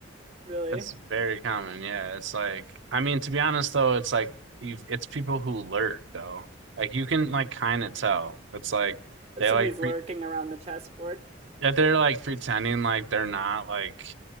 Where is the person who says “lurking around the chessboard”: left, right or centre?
Right